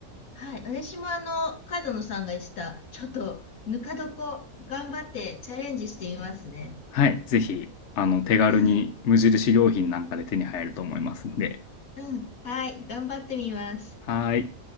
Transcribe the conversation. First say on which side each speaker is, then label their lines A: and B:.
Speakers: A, on the left; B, on the left.
A: はい。私もあの、角野さんが言ってた、ちょっと、ぬか床、頑張ってチャレンジしてみますね。
B: はい。ぜひ、あの、手軽に無印良品なんかで手に入ると思いますんで。
A: うん。うん。はい。頑張ってみます。
B: はーい。